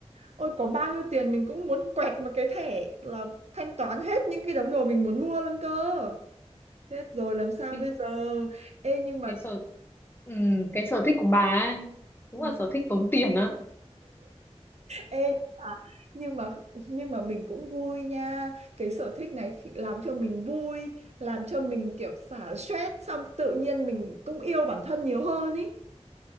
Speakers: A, on the right; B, on the left.
A: Ôi có bao nhiêu tiền mình cũng muốn quẹt một cái thẻ là thanh toán hết những cái đống đồ mình muốn mua luôn cơ. Chết rồi làm sao
B: cái,
A: bây giờ? Ê nhưng mà
B: cái sở ừ, cái sở thích của bà ấy, đúng
A: ừ,
B: là sở thích tốn tiền á
A: ê nhưng mà nhưng mà nhưng mà mình cũng vui nha. Cái sở thích này khi- làm cho mình vui, làm cho mình kiểu xả stress xong tự nhiên mình cũng yêu bản thân nhiều hơn ý.